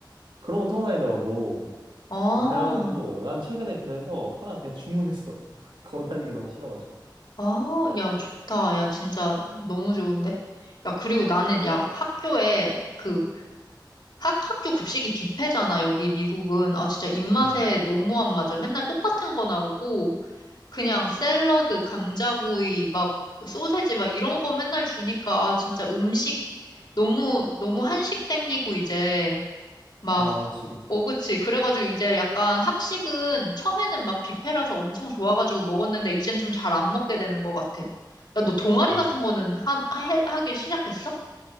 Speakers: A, on the right; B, on the left.
A: 그런 거 타고 다니더라고.
B: 아.
A: 아, 그래가지고 난 최근에 그래서 하나 그냥 주문했어. <laughs> 걸어 다니기 너무 싫어가지고.
B: 아, 야, 좋다. 야, 진짜 너무 좋은데? 야, 그리고 나는, 야, 학교에 그, 학, 학교 급식이 뷔페잖아, 여기 미국은. 아, 진짜 입맛에
A: 음.
B: 너무 안 맞아. 맨날 똑같은 거 나오고, 그냥 샐러드, 감자구이, 막, 소세지, 막 이런 거 맨날 주니까, 아, 진짜 음식 너무, 너무 한식 땡기고, 이제. 막,
A: 아, 그치, 그치.
B: 어, 그치. 그래가지고 이제 약간 학식은 처음에는 막 뷔페라서 엄청 좋아가지고 먹었는데 이젠 좀 잘 안 먹게 되는 것 같아. 야, 너 동아리
A: 음.
B: 같은 거는 한, 하, 해- 하기 시작했어?